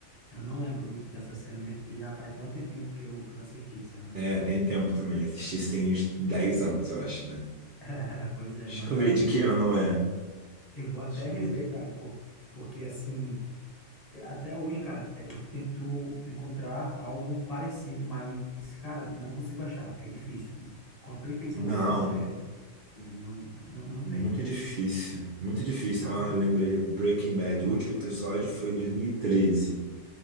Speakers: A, on the left (about 30°); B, on the right (about 65°).
A: Eu não lembro muito dessa cena mesmo, porque já faz até um tempinho que eu, que eu assisti, sabe?
B: É, tem tempo também. Assisti isso tem uns 10 anos, eu acho, né?
A: <laughs> Pois é,
B: Deixa
A: mas
B: eu
A: eu
B: ver
A: acho que
B: de
A: eu
B: que
A: vou
B: ano é.
A: Eu vou até
B: Deixa
A: rever,
B: eu ver.
A: cara, por- porque assim, até hoje, cara, eu tento encontrar algo parecido, mas, cara, não consigo achar. É difícil. Com a perfeição
B: Não,
A: daquela série, não, não, não
B: muito
A: tem, né?
B: difícil. Muito difícil.
A: Assim.
B: Ó, eu lembrei. Breaking Bad,
A: Ah,
B: o último episódio foi em dois mil e treze